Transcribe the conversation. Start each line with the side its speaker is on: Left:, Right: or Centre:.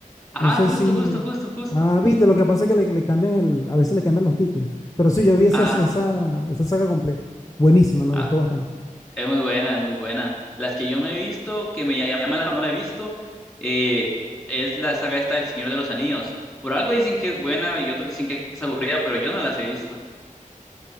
Centre: Ajá,
Left: No sé
Centre: justo,
Left: si...
Centre: justo, justo, justo.
Left: Ah, viste, lo que pasa es que le, le cambian el, a veces le cambian los títulos. Pero sí, yo vi esas,
Centre: Ah,
Left: esa, esa saga completa. Buenísima, me
Centre: ah,
Left: gustó bastante.
Centre: es muy buena, es muy buena. Las que yo no he visto, que me ll- llaman la no la he visto, eh, es la saga esta del Señor de los Anillos. Por algo dicen que es buena y otros dicen que es aburrida, pero yo no las he visto.